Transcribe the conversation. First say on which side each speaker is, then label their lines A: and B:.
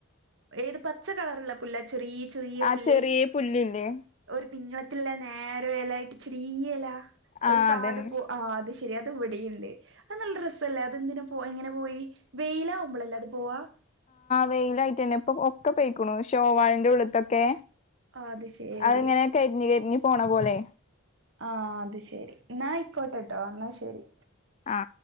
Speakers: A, on the right (about 55°); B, on the left (about 30°).
A: ഏത് പച്ച കളറുള്ള പുല്ലാ ചെറിയ ചെറിയ
B: ആ
A: പുല്ല്
B: ചെറിയ പുല്ലില്ലേ
A: ഒരു തിങ്കള ല്ല നേര വലട്ട് ചില
B: ആ
A: ഒരു കാട്
B: അതന്നെ
A: പോ ശരി അത് എവിടെുണ്ട് അത് നല്ല രസല്ലേ അതെന്തിന പോ എങ്ങനെ പോയി വെയിലാവുമ്പോളളല്ലേ അത് പോവാ
B: വെയിലായിട്ട് തന്നെ ഇപ്പൊ ഒക്കെ പോയിക്കണു ഷോവാളിന്റെറെ ഉള്ളത്തൊക്കെ
A: ആഹ് അത് ശരി
B: അതിങ്ങനെ കരിഞ്ഞഞ് കരിഞ്ഞഞ് പോണ പോലെ
A: ആഹ അത് ശെരി എന്നാ ഐ ക്കോട്ടട്ടോ എന്നാ ശെരി
B: ആ